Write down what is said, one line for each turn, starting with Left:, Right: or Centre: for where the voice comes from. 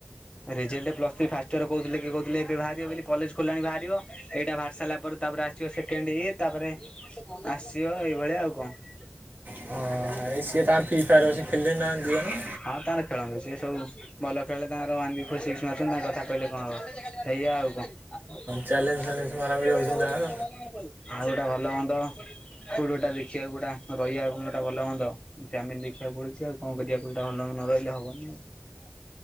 Left: result plus three first year କହୁଥିଲେ କିଏ କହୁଥିଲେ ଏବେ ବାହାରିବ ବୋଲି କଲେଜ ଖୋଲାଣି ବାହାରିବ। ଏଇଟା ବାହାରି ସାରିଲା ପରେ ତାପରେ ଆସିବ ସେକେଣ୍ଡ ଇଏ ତାପରେ ଆସିବ ଏଇଭଳିଆ ଆଉ କଣ।
Right: ହଁ ଏଇ ସିଏ ତାଙ୍କ ଫି ଫାୟର ବସିକି ଖେଳି ଲେଣି ନା ଦି ଜଣ।
Left: ହଁ ତାର ଖେଳନ୍ତୁ ସିଏ ସବୁ ଭଲ ଖେଳାଳି ତାଙ୍କର ୱାନ୍ ବି ଫୋର ସିକ୍ସ୍ ମାରୁଛନ୍ତି ତାଙ୍କ କଥା କହିଲେ କଣ ହବ ଏଇଆ ଆଉ କଣ। ଆକୁ
Right: ଚ୍ୟାଲେଞ୍ଜ ଫ୍ୟାଲେଞ୍ଜ
Left: ଆ
Right: ମରାମରି ହେଉଛନ୍ତି
Left: କିଏ
Right: ତାଙ୍କର
Left: କହିଲା? <unintelligible> ଆଉ ଗୋଟା ଭଲ ହୁଅନ୍ତ କୋଉଠି ଗୋଟା ଦେଖିବାକୁ ଗୋଟା ରହିବା ଗୁଣଟା ଭଲ ହୁଅନ୍ତ। ଫ୍ୟାମିଲି ଦେଖିବାକୁ ପଡୁଛି ଆଉ କଣ କରିବା କଉଟା ଭଲ ନ ହେଲେ ସେଇଟା ହବନି ଆଉ।